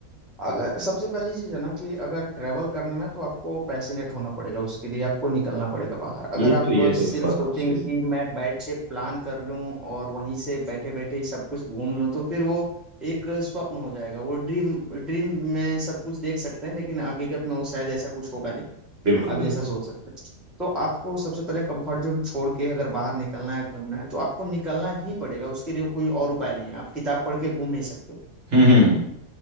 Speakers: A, in the centre; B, on the right.
A: अगर सबसे पहली चीज़ है ना कि अगर ट्रैवल करना है ना तो आपको पैशनेट होना पड़ेगा उसके लिए आपको निकलना पड़ेगा बाहर अगर
B: ये
A: आप
B: तो ये
A: सिर्फ
B: तो फर्स्ट
A: सोचेंगे
B: चीज़
A: कि मैं बैठ के प्लान कर लूं और वहीं से बैठे बैठे ही सब कुछ घूम लूं तो फिर वो एक स्वप्न हो जाएगा वो ड्रीम ड्रीम में सब कुछ देख सकते हैं लेकिन हकीकत में वो शायद ऐसा कुछ होगा नहीं
B: बिल्कुल
A: आप
B: बिल्कुल
A: जैसा सोच सकते हैं तो आपको सबसे पहले कंफर्ट जोन छोड़ के अगर बाहर निकलना है घूमना है तो आपको निकलना ही पड़ेगा उसके लिए कोई और उपाय नहीं है आप किताब पढ़ के घूम नहीं सकते
B: हम्म हम्म